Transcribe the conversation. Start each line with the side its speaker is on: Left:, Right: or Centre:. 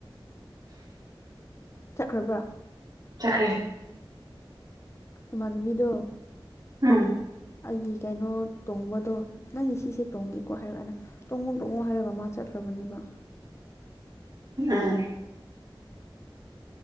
Left: ꯆꯠꯈ꯭ꯔꯕ꯭ꯔꯥ
Right: ꯆꯠꯈ꯭ꯔꯔꯤ
Left: ꯏꯃꯥꯟꯅꯕꯤꯗꯣ
Right: ꯎꯝ
Left: ꯑꯩꯒꯤ ꯀꯩꯅꯣ ꯇꯣꯡꯕꯗꯣ ꯅꯪꯒꯤ ꯁꯤꯁꯦ ꯇꯣꯡꯒꯦꯀꯣ ꯍꯥꯏꯔ ꯀꯥꯟꯅ ꯇꯣꯡꯉꯣ ꯇꯣꯡꯉꯣ ꯍꯥꯏꯔꯒ ꯃꯥ ꯆꯠꯈ꯭ꯔꯕꯅꯦꯕ
Right: ꯎꯝ